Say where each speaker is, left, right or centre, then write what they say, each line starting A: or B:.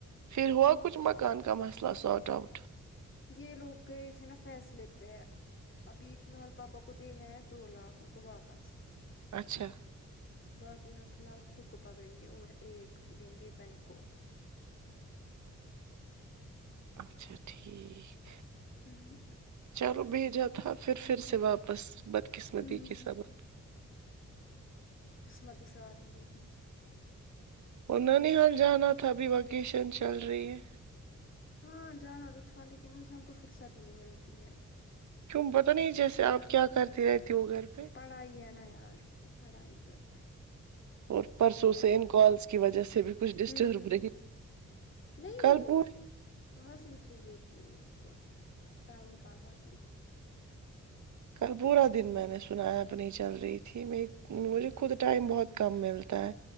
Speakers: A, on the right (about 80°); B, on the left (about 45°).
A: پھر ہوا کچھ مکان کا مثلا سارٹ آؤٹ
B: یہ لوگ گئے تھے نا فیصلے پہ ابھی فیلحال پاپا کو دینا ہے دو لاکھ ان کو واپس
A: اچھا
B: باقی ہم فیلحال خود کو پکڑیں گے اور ایک دیں گے بینک کو
A: اچھا ٹھیک
B: ہمم
A: چلو بھیجا تھا پھر پھر سے واپس بدقسمتی
B: ہوں
A: کے ساتھ
B: قسمت ہی ساتھ نہیں دیتی
A: انہوں نے حال جانا تھا ابھی وکیشن چل رہی ہے
B: ہاں جانا تو تھا لیکن انسان کو فرصت ہی نہیں ملتی ہے
A: کیوں پتا نہیں جیسے آپ کیا کرتی رہتی ہو گھر پہ
B: پڑائی ہے نا یار پڑھائی کرتی
A: اور پرسوں سے ان کالس کی وجہ سے بھی کچھ ڈسٹرب
B: ہوں
A: رہی
B: نہیں
A: کل
B: نہیں
A: پور
B: ویسے بھی فری ہوتی ہوں تو ٹائم نکال پاتی ہوں
A: کل پورا دن میں نے سنا آپ نہیں چل رہی تھی میں مجھے خود ٹائم بہت کم ملتا ہے